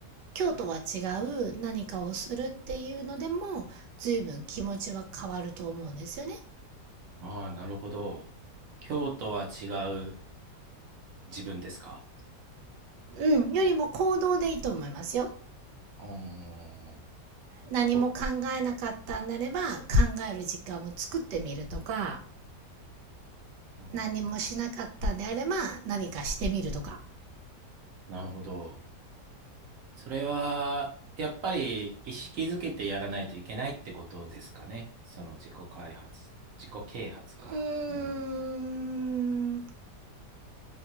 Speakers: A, on the right (about 85°); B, on the right (about 60°).
A: 今日とは違う何かをするっていうのでも随分気持ちは変わると思うんですよね。
B: ああ、なるほど。今日とは違う自分ですか
A: うん、よりも行動でいいと思いますよ。
B: あー
A: 何も考えなかったんだれば考える時間を作ってみるとか
B: こ、あー
A: 何もしなかったんであれば何かしてみるとか。
B: なるほど。それは、やっぱり意識づけてやらないといけないってことですかね。その自己開発、自己啓発か。
A: うーん、
B: うん。